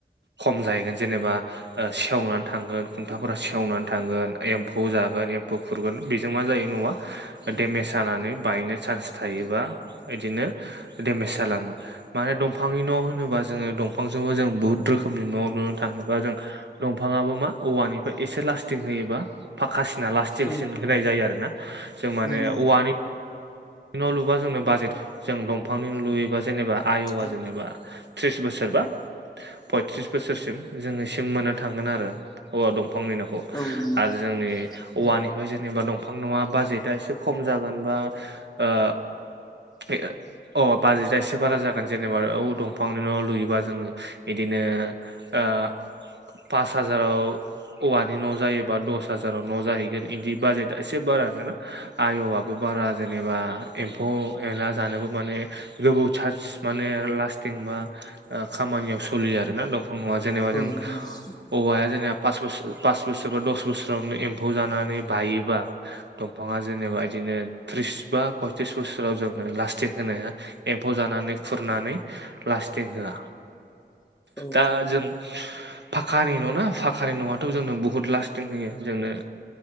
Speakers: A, on the right; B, on the left.
A: खम जाहैगोन जेनेबा ओ सेवनानै थांगोन खुन्थाफोरा सेवनानै थांगोन एम्फौ जागोन एम्फौ खुरगोन बेजों मा जायो न'आ
B: औ
A: डेमेज जानानै बायनो चान्स थायोबा
B: औ
A: बिदिनो डेमेज जालाङो माने दंफांनि न' होनोबा जोङो दंफांजोंबो जों बुहुद रोखोमनि न' लुनो थाङोबा जों दंफाङाबो मा औवानिफ्राय एसे लास्टिं होयो बा फाखासिना लास्टिकसिन
B: औ
A: होनाय जायो आरोना जों माने
B: उम
A: औवानि न' लुबा जोंनो बाजेट जों दंफांनि न' लुयोबा जेनेबा आयआ
B: औ
A: जेनेबा थ्रिस बोसोरबा पयथ्रिस बोसोरसिम जोङोसिम मोननो थांगोन आरो औवा दंफांनि न'खौ
B: औ नंगौ
A: आरो जोंनि औवानिफ्राय
B: औ
A: जेनेबा दंफां न'वा बाजेटआ एसे खम जागोन बा ओ बे अ बाजेटआ एसे बारा जागोन जेनेबा औ दंफांनि न'आव लुयोबा जोङो बिदिनो आ पास हाजाराव औवानि न' जायोबा दस हाजाराव न' जाहैगोन इदि बाजेटआ एसे बारा आरोना आय'आबो बारा जेनब एम्फौ एला जानोबो माने गोबौ चान्स माने लास्टिं बा खामानियाव सोलियो आरोना दंफां नङा जेनेबा जों
B: औ नंगौ
A: औवाया जेनेबा पासबोसोर पास बोसोर बा दस बोसोरावनो एम्फौ जानानै बायोबा दंफाङा जेनेबा इदिनो त्रिस बा पयत्रिस बोसोराव जोङो लास्टिं होनाया एम्फौ जानानै खुरनानै लास्टिं होआ
B: औ
A: दा जों फाखानि न' ना फाखानि न'आथ' जोंनो बहुत लास्टिं होयो जोंनो